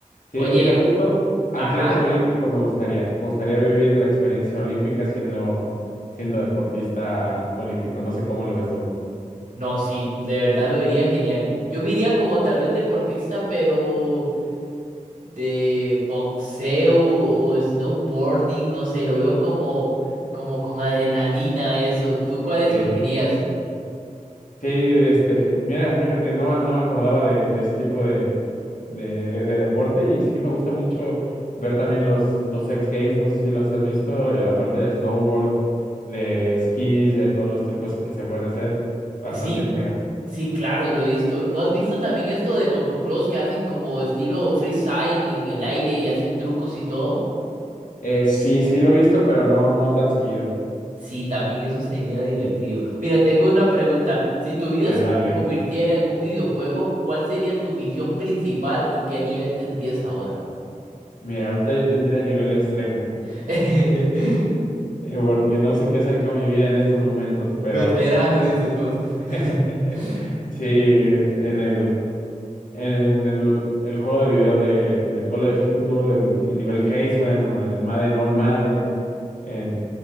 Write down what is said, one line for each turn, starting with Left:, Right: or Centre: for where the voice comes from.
Left: Sí,
Right: Oye.
Left: mira, justo atleta
Right: Ajá,
Left: olímpico me gustaría. Me gustaría vivir la experiencia olímpica siendo, siendo deportista olímpico. No sé cómo lo ves tú.
Right: no, sí, de verdad lo vería genial. Yo me iría como tal vez deportista, pero de boxeo o snowboarding, no sé, lo veo como, como con adrenalina, eso. ¿Tú cuál escogerías?
Left: Sí. Sí, este, mira, fíjate, no, me- no me acordaba de, de ese tipo de, de, de deporte y sí me gusta mucho ver también los, los X Games, no sé si los has visto, eh, la parte de snowboard, de esquís, de todos los trucos que se pueden hacer, bastante
Right: Sí,
Left: genial.
Right: sí, claro, lo he visto. ¿No has visto también esto de motocross que hacen como estilo freestyle en el aire y hacen trucos y todo?
Left: Eh, sí, sí lo he visto, pero no, no tan seguido.
Right: Sí, también eso sería divertido. Mira, tengo una pregunta. Si tu vida
Left: A ver,
Right: se
Left: dale.
Right: convirtiera en un videojuego, ¿cuál sería tu misión principal y qué nivel tendrías ahora?
Left: Mira, ahorita yo tendría nivel extremo,
Right: <laughs> Pero,
Left: eh, porque no sé qué hacer con mi vida en estos momentos,
Right: Veterano,
Left: pero
Right: dices vos.
Left: <laughs>
Right: <laughs>
Left: sí, en el... En el, el juego de video de, del college football, el, el nivel Heisman o en Madden All Madden, en,